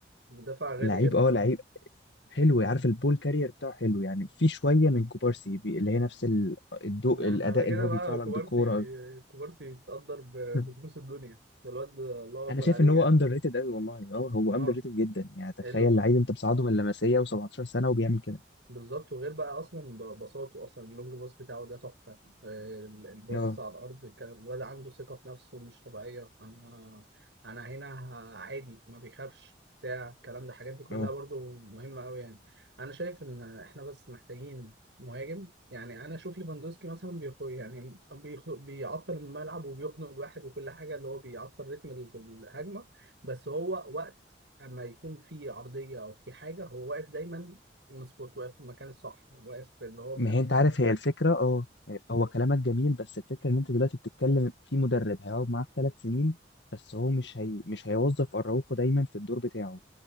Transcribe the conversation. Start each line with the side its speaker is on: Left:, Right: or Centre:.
Right: مدافع غالي
Left: لعيب
Right: كده
Left: اه لعيب حلو عارف البول كارير بتاعه حلو يعني في شويه من كوبارسي بي- اللي هي نفس ال- الضوء
Right: ده احنا
Left: الاداء
Right: على كده
Left: اللي هو
Right: بقى
Left: بيطلع لك
Right: كوبارسي
Left: بالكوره
Right: كوبارسي يتقدر ب-
Left: <laughs>
Right: بكنوز الدنيا ده الواد ده الله اكبر
Left: انا شايف
Right: عليه
Left: ان هو
Right: يعني
Left: اندر ريتد قوي والله اه هو
Right: اه
Left: اندر ريتد جدا يعني تخيل
Right: ال-
Left: لعيب انت بتصعده من اللمسيه و17 سنه وبيعمل كده
Right: بالظبط وغير بقى اصلا بساطه اصلا اللونج باص بتاعه ده تحفه آه، الباص
Left: اه
Right: على الارض كان الواد عنده ثقه في نفسه مش طبيعيه انا انا هنا ه- عادي ما بيخافش بتاع الكلام ده الحاجات دي كلها
Left: اه
Right: برضو مهمه قوي يعني انا شايف ان احنا بس محتاجين مهاجم يعني انا اشوف ليفاندوسكي مثلا بيخو يعني بيخ... بيعطل الملعب وبيخنق الواحد وكل حاجه اللي هو بيعطل رتم ال- الهجمه بس هو وقت اما يكون في عرضيه او في حاجه هو واقف دايما مظبوط واقف في المكان الصح واقف في اللي هو
Left: ما
Right: م...
Left: هي انت عارف هي
Right: هت-
Left: الفكره اه هو كلامك جميل بس الفكره ان انت دلوقتي بتتكلم في مدرب هيقعد معاك ثلاث سنين بس هو مش هي... مش هيوظف اراوخو دايما في الدور بتاعه